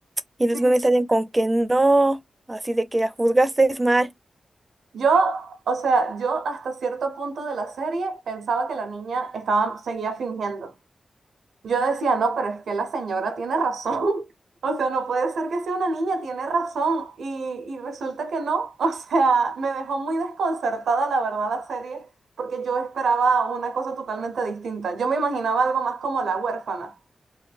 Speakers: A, on the right (about 25°); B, on the right (about 80°).
A: Y los
B: Sí,
A: memes salen con que no, así de que la juzgaste es mal.
B: Yo, o sea, yo hasta cierto punto de la serie pensaba que la niña estaba, seguía fingiendo. Yo decía, no, pero es que la señora tiene razón. <laughs> O sea, no puede ser que sea una niña, tiene razón. Y, y resulta que no. <laughs> O sea, me dejó muy desconcertada, la verdad, la serie, porque yo esperaba una cosa totalmente distinta. Yo me imaginaba algo más como la huérfana.